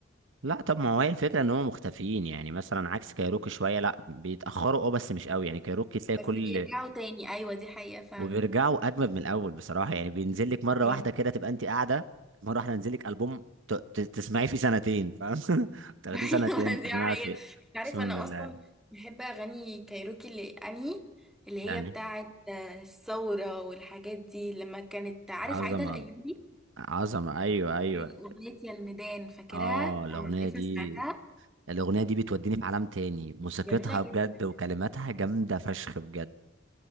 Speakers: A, on the right; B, in the centre.
A: لا طب ما هو هي الفكرة ان هم مختفيين يعني مثلا عكس كايروكي شوية لا بيتأخروا اه بس مش قوي يعني كايروكي تلاقي كل
B: بس بيرجعوا تاني ايوه دي حقيقة فعلا
A: وبيرجعوا أجمد من الأول بصراحة يعني بينزل لك مرة
B: أيوة.
A: واحدة كده تبقى أنت قاعدة مرة واحدة ينزل لك ألبوم ت... ت... تسمعيه فيه سنتين فاهم <laughs> تاخديه
B: ايوه
A: سنتين تسمعي
B: دي حقيقة
A: فيه
B: عارف
A: أقسم
B: انا
A: بالله
B: اصلا بحب اغاني كايروكي اللي انهي اللي
A: يعني
B: هي بتاعت آه، الثورة والحاجات دي لما كانت عارف
A: عظمة
B: عايدة الأيوبي
A: عظمة أيوه أيوه
B: إيه، أغنية يا الميدان فاكرها
A: اه الاغنيه
B: أو عارفها
A: دي
B: سمعتها
A: الاغنيه دي بتوديني في عالم تاني موسيقتها
B: جميلة
A: بجد
B: جدا
A: وكلماتها جامده فشخ بجد